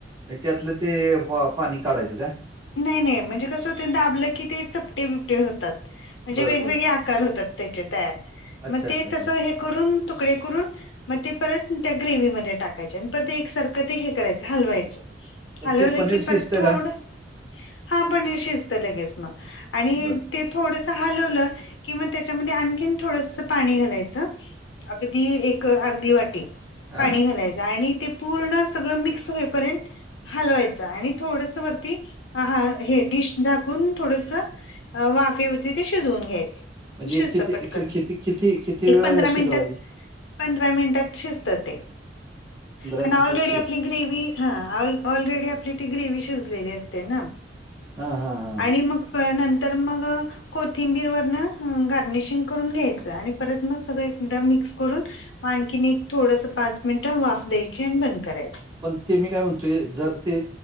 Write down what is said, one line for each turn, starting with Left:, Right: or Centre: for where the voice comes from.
Right: त्यातलं ते पाणी काढायचं का.
Left: नाही नाही म्हणजे कसं ते दाबलं की ते चपटे बिपटे होतात म्हणजे
Right: बरं,
Left: वेगवेगळे.
Right: बरं.
Left: <inaudible> आकार होतात त्याचे तयार
Right: अच्छा,
Left: मग
Right: अच्छा,
Left: ते
Right: अच्छा.
Left: तस हे करून तुकडे करून. मग ते परत त्या ग्रेव्हीमध्ये टाकायचे आणि परत एकसारखं ते हे करायचं हलवायचं.
Right: पण
Left: हलवलं
Right: ते पनीर
Left: की परत
Right: शिजतं
Left: थोडं
Right: का?
Left: हा पनीर शिजत लगेच मग आणि
Right: बरं.
Left: थोडस हलवलं कि म त्याच्यामध्ये आणखी थोड पाणी घालायचं अगदी एक अर्धी वाटी
Right: हां.
Left: पाणी घालायचं आणि ते पूर्ण सगळं मिक्स होईपर्यंत हलवायचं आणि थोडस वरती हा हे डिश झाकून थोडस वाफे वरती ते शिजवून घ्यायचं
Right: म्हणजे
Left: शिजतं
Right: किती
Left: पटकन
Right: कि किती किती किती
Left: एक
Right: वेळ
Left: पंधरा
Right: अ,
Left: मिनिटात
Right: शिजवायचं?
Left: पंधरा मिनिटात शिजत ते कारण
Right: मिनिटात
Left: ऑलरेडी
Right: शिज
Left: आपली ग्रेवी हा ऑलरेडी आपली ती ग्रेवी शिजलेली असते ना
Right: हा हा हा
Left: आणि मग नंतर मग कोथिंबीर वरन गार्निशिंग करून घ्यायचं आणि परत मग सगळं एकदा मिक्स करून आणखीने एक थोडस पाच मिनिटं वाफ द्यायची आणि बंद करायच.
Right: पण ते मी काय म्हणतोय जर ते